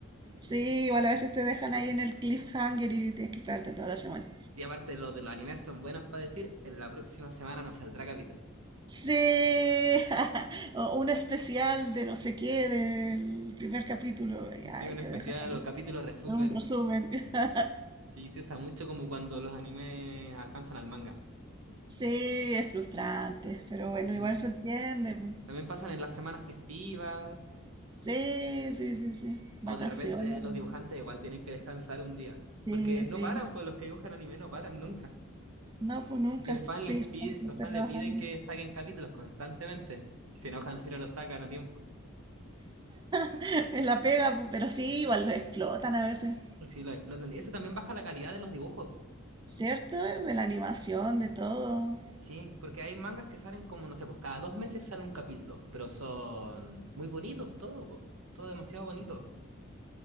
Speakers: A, on the right (about 20°); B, on the right (about 85°).
A: Sí, igual a veces te dejan ahí en el cliffhanger y tienes que esperarte toda la semana.
B: Y aparte los de los animes son buenos para decir, en la próxima semana nos saldrá capítulo.
A: Sí, <laughs> o un especial de no sé qué del primer capítulo, y ahí
B: Sí, un
A: te
B: especial
A: dejan
B: o capítulo resumen.
A: un resumen. <laughs>
B: Sí, se usa mucho como cuando los animes alcanzan al manga.
A: Sí, es frustrante, pero bueno,
B: Sí.
A: igual se entiende. pu.
B: También pasan en las semanas festivas
A: Sí, sí, sí, sí. Vacaciones.
B: o de repente los
A: pu.
B: dibujantes igual tienen que descansar un día.
A: Sí,
B: Porque no
A: sí.
B: paran, pues los que dibujan anime no paran nunca.
A: No, pues nunca.
B: Y el fan
A: Sí,
B: les
A: están
B: pide,
A: siempre
B: los fans
A: trabajando.
B: le piden que saquen capítulos constantemente. Y se enojan si no los sacan a tiempo.
A: <laughs> Es la pega, pu, pero sí, igual lo explotan a veces.
B: Sí, los explotan. Y eso también baja la calidad de los dibujos.
A: ¿Cierto? De la animación, de todo.
B: Sí, porque hay mangas que salen como, no sé, pues cada dos meses sale un capítulo, pero son muy bonitos todo, pues, todo demasiado bonito.